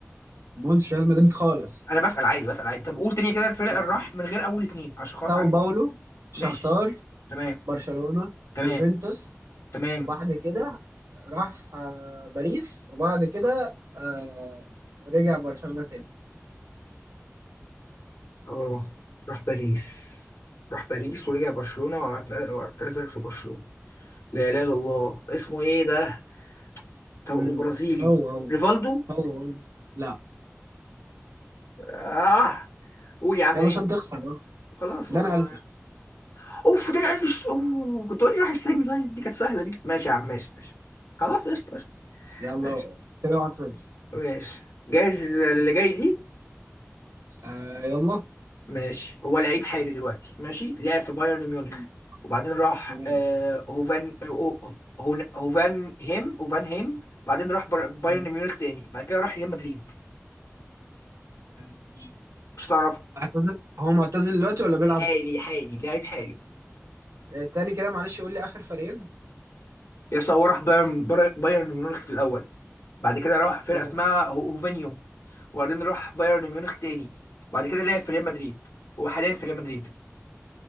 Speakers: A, on the right; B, on the left.
A: ما قلتش ريال مدريد خالص
B: انا بسأل عادي بسأل عادي طب قول تاني كده الفرق
A: لا
B: اللي راح من غير اول اتنين عشان خلاص
A: ساو
B: عارف
A: باولو شختار
B: ماشي تمام
A: برشلونة
B: تمام
A: يوفنتوس
B: تمام
A: وبعد كده راح آه، باريس وبعد كده آه، رجع برشلونة تاني
B: اه راح باريس راح باريس ورجع برشلونة واعت- واعتزل في برشلونة لا اله الا الله اسمه ايه ده طب
A: مم.
B: وبرازيلي
A: هو هو
B: ريفالدو
A: هو هو لا
B: اه قول يا عم
A: يلا
B: مين
A: عشان تخسر يلا.
B: خلاص
A: ده
B: ما
A: انا قفش
B: اوف ده عارف ش... اوه كنت اقول لي روح السجن طيب دي كانت سهله دي ماشي يا عم ماشي ماشي خلاص قشطه قشطه
A: يلا
B: ماشي
A: كده واحد صفر
B: ماشي جاهز للي جاي دي
A: آه يلا
B: ماشي هو لعيب حالي دلوقتي ماشي لعب في بايرن ميونخ
A: مم.
B: وبعدين راح
A: تمام
B: آه هوفان هو- هو- هوفان هيم هوفان هيم بعدين راح بر- بايرن
A: مم.
B: ميونخ تاني بعد كده راح ريال مدريد
A: آه،
B: مش تعرف
A: اعتزل هو معتزل دلوقتي ولا بيلعب؟
B: حالي حالي لعيب حالي
A: آه، تاني كده معلش قول لي آخر فريقين
B: يس هو راح بايرن بايرن ميونخ في الاول بعد كده راح فرقه
A: تمام
B: اسمها هو- هوفانيوم وبعدين راح بايرن ميونخ تاني بعد كده لعب في ريال مدريد هو حاليا في ريال مدريد